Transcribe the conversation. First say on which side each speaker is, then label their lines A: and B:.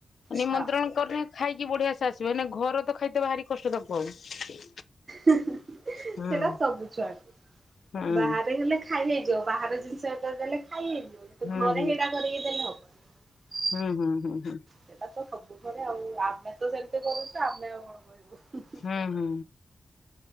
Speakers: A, on the left; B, on the right.
A: ନିମନ୍ତ୍ରଣ
B: ହଁ
A: ଖାଇକି ବଢିଆ ସେ ଆସିବ ଘର ତ ଖାଇଥ ଭାରି କଷ୍ଟ ତାକୁ ଆଉ।
B: ସେଟା
A: ହୁଁ
B: ସବୁ ଛୁଆକୁ
A: ହୁଁ।
B: ବାହାରେ ହେଲେ ଖାଇ ହେଇଯିବ ବାହାର ଜିନିଷ ଏ ଦେଲେ ଖାଇ ହେଇଯିବତ
A: ହୁଁ
B: ଘରେ
A: ହୁଁ
B: ହେଇଡା କରିକି ଦେଲେ ହବନି।
A: ହୁଁ ହୁଁ ହୁଁ ହୁଁ।
B: ସେଇଟା ତ ସବୁ ଘରେ ଆଉ ଆମେ ତ ସେମିତି କରୁଛୁ ଆମେ ଆଉ କଣ କହିବୁ।
A: ହୁଁ ହୁଁ